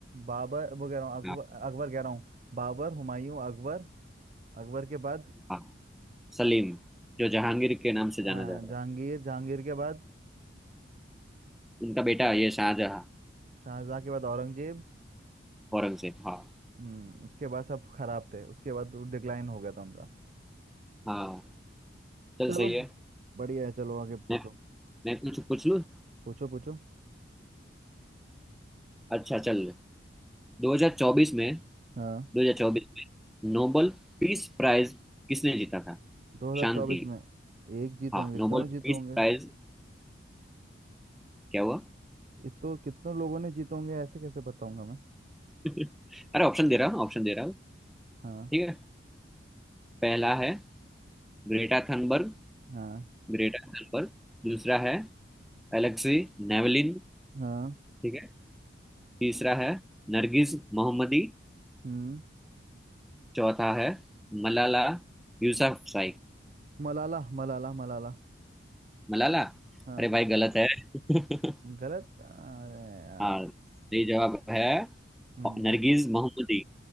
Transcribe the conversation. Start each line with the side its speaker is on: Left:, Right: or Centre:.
Right: बाबर वो कह रहा हूँ अकबर
Centre: हाँ
Right: अकबर कह रहा हूँ बाबर हुमायूं अकबर अकबर के बाद
Centre: हाँ सलीम जो जहांगीर के नाम से
Right: अ,
Centre: जाना जा रहा
Right: जहांगीर
Centre: है
Right: जहांगीर के बाद
Centre: उनका बेटा ये शाहजहां
Right: शाहजहां के बाद औरंगजेब
Centre: औरंगजेब हाँ
Right: हम्म उसके बाद सब खराब थे उसके बाद डिक्लाइन हो गया था उनका
Centre: हाँ चल
Right: चलो
Centre: सही है
Right: बढ़िया है चलो आगे पूछो
Centre: मैं मैं कुछ पूछ लूँ
Right: पूछो पूछो
Centre: अच्छा चल 2024 में
Right: हाँ
Centre: 2024 में नोबल पीस प्राइज किसने जीता था
Right: 2024
Centre: शांति
Right: में एक जीते
Centre: हाँ
Right: होंगे
Centre: नोबल
Right: कितनों ने जीते
Centre: पीस
Right: होंगे
Centre: प्राइज क्या हुआ
Right: इतो कितनों लोगों ने जीते होंगे ऐसे कैसे बताऊंगा मैं
Centre: <laughs> अरे ऑप्शन दे रहा हूँ ऑप्शन दे रहा हूँ
Right: हाँ
Centre: ठीक है पहला
Right: ठीक है
Centre: है ग्रेटा थनबर्ग
Right: हाँ
Centre: ग्रेटा थनबर्ग दूसरा है एलेक्सी नेवलिन
Right: हाँ
Centre: ठीक है तीसरा है नरगिस मोहम्मदी
Right: हम्म
Centre: चौथा है मलाला यूसुफजई
Right: मलाला मलाला मलाला
Centre: मलाला
Right: हाँ
Centre: अरे भाई गलत है <laughs>
Right: गलत अरे यार
Centre: हाँ सही जवाब है
Right: हम्म
Centre: नरगिस मोहम्मदी